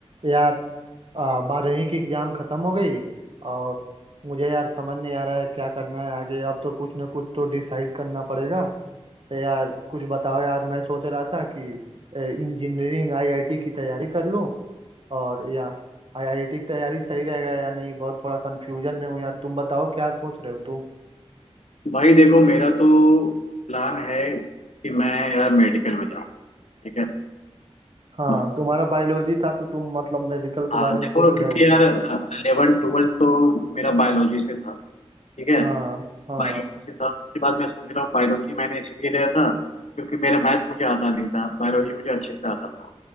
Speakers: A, on the right; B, on the left.
A: यार आ, बारहवीं की एग्जाम खत्म हो गई और मुझे यार समझ नहीं आ रहा है क्या करना है आगे अब तो कुछ ना कुछ तो डिसाइड करना पड़ेगा तो यार कुछ बताओ यार मैं सोच रहा था कि इंजीनियरिंग आईआईटी की तैयारी कर लूं और या आईआईटी की तैयारी सही रहेगा या नहीं बहुत थोड़ा कंफ्यूजन में हूँ यार तुम बताओ क्या सोच रहे हो तुम
B: भाई देखो मेरा तो प्लान है कि मैं यार मेडिकल में जाऊँ ठीक है
A: हाँ
B: हम्म,
A: तुम्हारा बायोलॉजी था तो तुम मतलब मेडिकल के
B: हाँ
A: बारे में
B: देखो
A: सोच रहे
B: क्योंकि
A: होगे
B: यार इलेवन ट्वेल्थ तो मेरा बायोलॉजी से था ठीक है
A: हाँ हाँ
B: बायोलॉजी से था उसके बाद मैं सोच रहा हूँ बायोलॉजी मैंने इसीलिए लिया था क्योंकि मेरा मैथ मुझे आता नहीं था बायोलॉजी मुझे अच्छे से आता था